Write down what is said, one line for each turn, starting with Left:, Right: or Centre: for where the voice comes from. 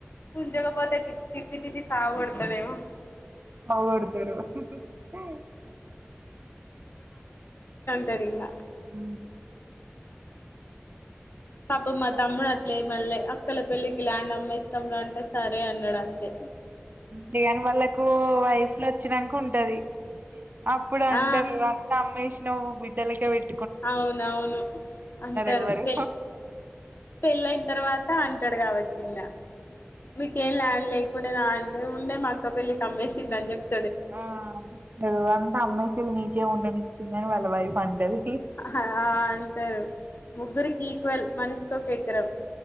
Left: జగపాత తి తిట్టి తిట్టి సావగొడతాడేమో
Right: మా ఓడిపేరు ఊ
Left: టర్ ఇంగా
Right: ఊ
Left: పాపం మా తమ్ముడు అట్లే ఏం అన్లే అక్కల పెళ్ళికి ల్యాండ్ అమ్మేస్తాం రా అంటే సరే అన్నాడు అంతే
Right: లే గాని వాళ్ళకు వైఫ్ లచ్చినంక ఉంటది అప్పుడు అంటారు
Left: ఆ
Right: అంతా అమ్మేషినవ్ బిడ్డలకే పెట్
Left: అవునవును అంటారు
Right: ఎవ్వరు
Left: పెళ్ పెళ్ళయిన తర్వాత అంటాడు గావచ్చు ఇంగ మీకేం ల్యాండ్ లే ఉండెనా అంటే ఉండే మా అక్క పెళ్లికి అమ్మేషిండని చె
Right: ఆ నువ్వంతా అమ్మేషిర్రు నీకేం ఉండనిత్తున్నరు వాళ్ళ వైఫ్ అంటది
Left: హా అంటారు ముగ్గురికీ ఈక్వల్ మనిషికి ఒక ఎకరం